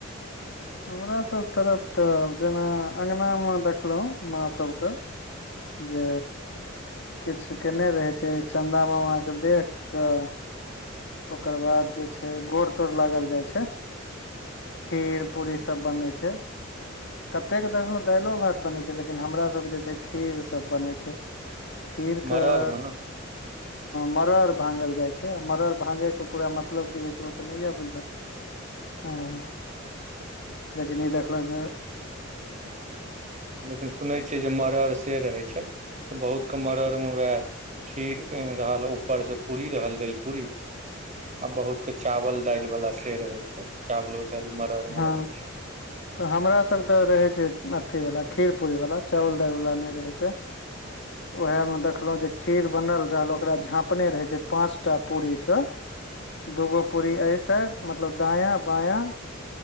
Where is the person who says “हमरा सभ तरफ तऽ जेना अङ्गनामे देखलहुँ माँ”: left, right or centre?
Left